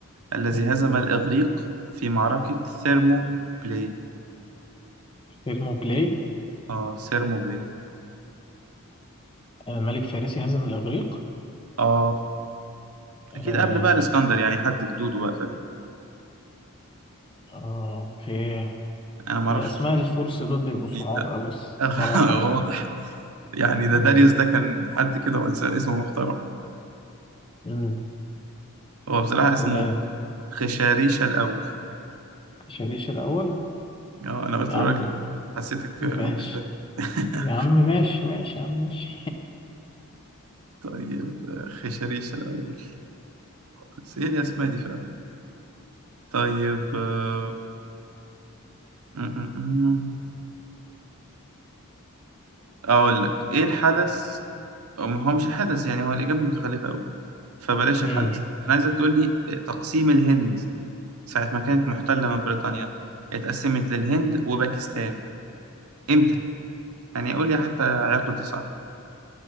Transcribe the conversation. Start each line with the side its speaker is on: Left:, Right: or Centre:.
Right: الذي
Left: مم.
Right: هزم الإغريق في معركة ثيرمو بلاي
Left: ثيرموبلاي
Right: آه ثيرمو بلاي
Left: آه، ملك فارسي هزم الاغريق
Right: آه
Left: آه...
Right: أكيد قبل بقى الإسكندر يعني حد جدوده بقى فاهم
Left: آه... اوكي
Right: أنا معرفش
Left: هي اسماء
Right: بصراحة
Left: الفرس دول بيبقوا صعاب
Right: مين ده
Left: قوي الصراحه
Right: <laughs> واضح يعني ده
Left: <laughs>
Right: داريوس
Left: مم.
Right: ده كان حد كده وإنسان اسمه محترم
Left: مم.
Right: هو بصراحة اسمه
Left: آه...
Right: خشاريشا الأول
Left: شريش الاول
Right: آه أنا قلت
Left: يا
Right: أقول
Left: عم
Right: لك حسيتك
Left: ماشي
Right: آه، مش قادر <laughs>
Left: يا عم ماشي ماشي يا عم ماشي
Right: طيب آه، خشريش الأول بس إيه الأسماء دي فعلا طيب آه، م- م- م. أقول لك إيه الحدث أو هو مش الحدث يعني هو الإجابة متخلفة أوي فبلاش
Left: امم
Right: الحدث أنا عايزك تقول لي آه، تقسيم الهند ساعة ما كانت محتلة من بريطانيا اتقسمت للهند وباكستان إمتى؟ يعني قول لي حتى عقد صح